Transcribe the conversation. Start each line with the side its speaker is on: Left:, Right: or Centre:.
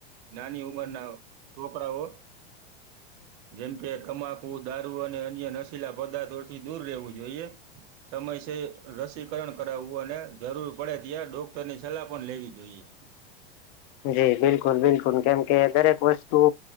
Right: નાની ઉમરના છોકરાઓ. જેમ કે તમાકુ દારૂ અને અન્ય નશીલા પદાર્થોથી દૂર રહેવું જોઈએ. સમય સે રસીકરણ કરાવવું અને જરૂર પડે ત્યાં ડોક્ટરની સલાહ પણ લેવી જોઈએ.
Left: જી બિલકુલ બિલકુલ કેમ કે દરેક વસ્તુ